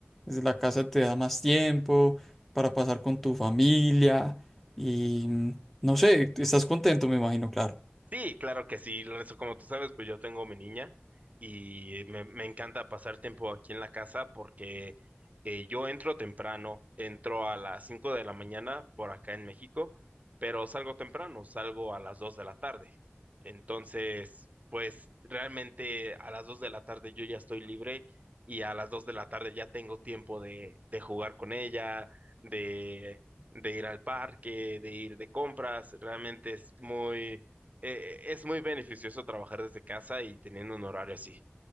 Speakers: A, in the centre; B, on the right (about 35°).
A: desde la casa te da más tiempo para pasar con tu familia y mm, no sé, estás contento, me imagino, claro.
B: Sí, claro que sí, Lorenzo, como tú sabes, pues yo tengo mi niña y me, me encanta pasar tiempo aquí en la casa porque eh, yo entro temprano, entro a las 5 de la mañana por acá en México, pero salgo temprano, salgo a las 2 de la tarde. Entonces, pues realmente a las 2 de la tarde yo ya estoy libre y a las 2 de la tarde ya tengo tiempo de, de jugar con ella, de, de ir al parque, de ir de compras, realmente es muy eh, es muy beneficioso trabajar desde casa y teniendo un horario así.